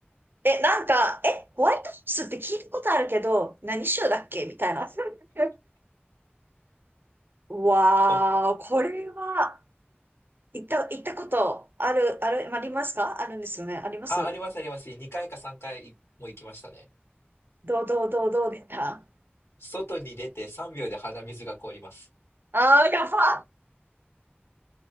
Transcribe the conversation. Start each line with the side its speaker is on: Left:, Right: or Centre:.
Right: え、なんか、え、ホワイトホースって聞いたことあるけど、何州だっけみたいな。<laughs> わー、
Left: お
Right: これは、行った、行ったことある、ある、ありますかあるんですよね。あります
Left: あ、ありますあります。2回か3回も行きましたね。
Right: どう、どう、どう、どうでした
Left: 外に出て3秒で鼻水が凍ります。
Right: ああ、やばっ